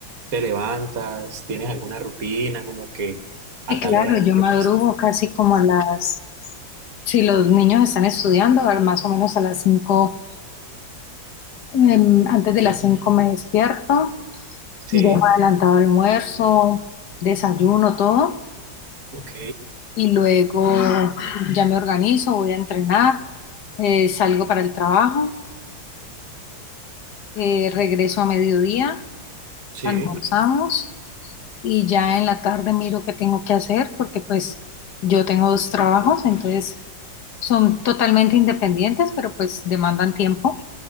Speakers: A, on the right; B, on the left.
A: te levantas, tienes alguna rutina, como que
B: Sí,
A: a
B: claro,
A: tal hora hago
B: yo madrugo
A: esto?
B: casi como a las, si los niños están estudiando, a más o menos a las 5, antes de las 5 me despierto,
A: Sí,
B: dejo adelantado almuerzo, desayuno, todo,
A: ok,
B: y luego ya me organizo, voy a entrenar, eh, salgo para el trabajo, eh, regreso a mediodía
A: sí,
B: almorzamos y ya en la tarde miro qué tengo que hacer porque pues yo tengo dos trabajos, entonces son totalmente independientes, pero pues demandan tiempo